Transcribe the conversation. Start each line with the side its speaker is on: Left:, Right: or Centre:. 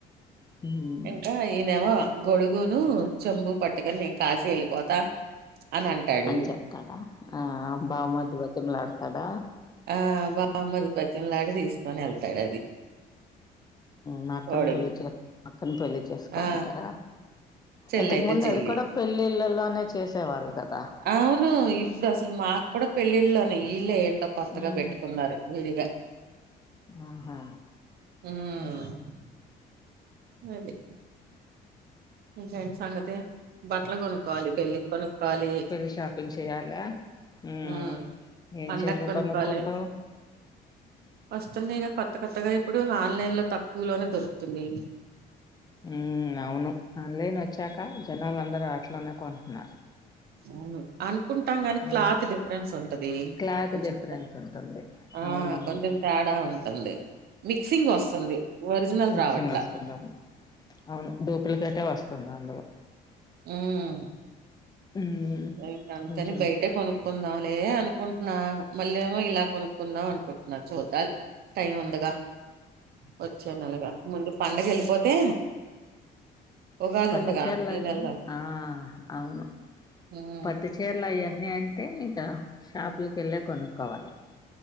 Left: ఉమ్
Right: ఇంకా ఈయనేమో గొడుగును చెంబు పట్టుకని నేను కాసికి వెళ్ళిపోతా అని అంటాడు
Left: అని చెప్తాడా ఆ బామ్మర్ది బతిమలాడతాడా
Right: ఆ బామ్మర్ది బ్రతిమిలాడి తీసుకొని వెళ్తాడు అది
Left: మా అక్కను
Right: కోడుగు
Left: పెళ్లి చే అక్కను పెళ్లి చేసుకో
Right: ఆ
Left: అంటాడా
Right: చెల్లయితే
Left: ఇంతకు ముందు
Right: చెల్లి
Left: అది కూడా పెళ్ళిళ్ళలోనే చేసేవాళ్ళు కదా
Right: అవును ఇప్పుడు అసలు మాకు కూడా పెళ్లిళ్ల్లోనే వీళ్ళే ఏంటో కొత్తగా
Left: ఉమ్
Right: పెట్టుకున్నారు విడిగా
Left: ఆహా
Right: హ్మ్.
Left: ఊ
Right: అది ఇంకేంటి సంగతి బట్టలు కొనుక్కోవాలి పెళ్లికి కొనుక్కోవాలి
Left: పెళ్ళి షాపింగ్ చేయాలా ఉ
Right: హ్మ్.
Left: ఏం
Right: పండక్కి
Left: చీరలు
Right: కొనుక్కోవాలి.
Left: కొనుకుంటావ్
Right: వస్తున్నాయిగా కొత్త కొత్తగా ఇప్పుడు ఆన్లైన్ లో తక్కువలోనే దొరుకుతుంది
Left: ఉ అవును ఆన్లైన్ వచ్చాక జనాలుందరూ అట్లానే కొంటున్నారు
Right: అవును అనుకుంటాం కానీ క్లాత్
Left: ఉమ్
Right: డిఫరెన్స్ ఉంటది
Left: క్లాత్
Right: కొంచెం
Left: డిఫరెన్స్ ఉంటుంది
Right: ఆ
Left: అవునవును
Right: కొంచెం తేడా ఉంటుంది మిక్సింగ్ వస్తుంది. ఒరిజినల్
Left: మిక్సింగ్
Right: రావట్లా.
Left: వస్తుంది అవును అవును డూప్లికేటే వస్తు రెండు వందలు
Right: ఉమ్
Left: మ్మ్
Right: ఇంక అంతేని
Left: కొంచెం
Right: బయటే కొను క్కుందాంలే అనుకుంటున్నా మళ్ళ ఏమో ఇలా కొనుక్కుందాం అనుకుంటున్నా చూడాలి టైం ఉందిగా వచ్చె నేలగా ముందు పండగ వెళ్ళిపోతే ఉగాది
Left: పట్టు
Right: ఉందిగా
Left: చీరాల
Right: ఈ నెలలో
Left: ఆ అవును
Right: ఉమ్,
Left: పట్టు చీరలయన్ని అంటే ఇంకా షాపులకేళ్ళే కొనుక్కోవాలి